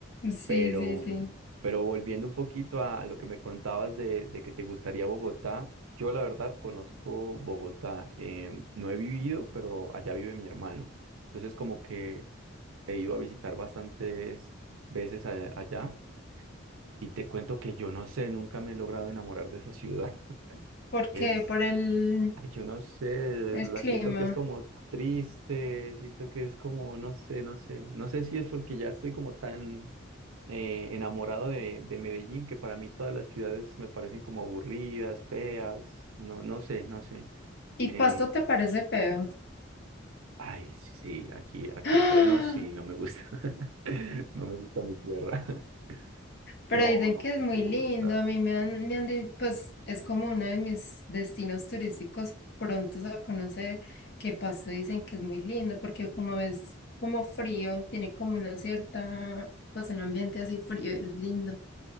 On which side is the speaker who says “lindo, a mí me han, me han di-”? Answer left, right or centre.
Left